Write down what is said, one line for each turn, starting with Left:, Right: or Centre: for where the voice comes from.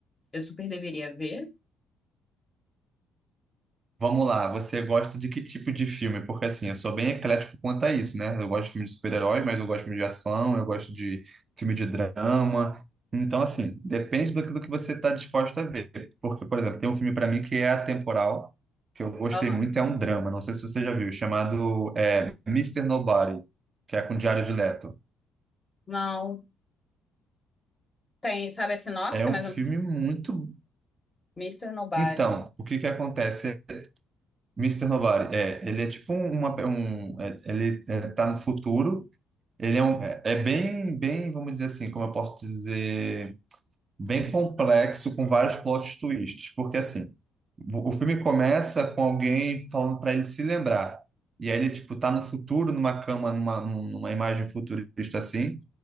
Left: eu super deveria ver?
Right: Vamos lá, você gosta de que tipo de filme? Porque assim, eu sou bem eclético quanto a isso, né? Eu gosto de filme de super-herói, mas eu gosto de filme de ação, eu gosto de filme de drama. Então, assim, depende daquilo que do que você está disposto a ver. Porque, por exemplo, tem um filme para mim que é atemporal, que eu gostei
Left: Ó,
Right: muito, é um drama, não sei se você já viu, chamado é, Mr. Nobody, que é com Jared Leto.
Left: não. Tem, sabe a sinopse,
Right: É um
Left: mas
Right: filme
Left: é
Right: muito.
Left: Mr. Nobody.
Right: Então, o que que acontece? Mister Nobody, é, ele é tipo um- uma, um, é, ele é, tá no futuro Ele é, um, é é bem, bem, vamos dizer assim, como eu posso dizer, bem complexo, com vários plot twists, porque assim, o o filme começa com alguém falando para ele se lembrar, e aí ele, tipo, tá no futuro, numa cama, numa, num- numa imagem futurista assim,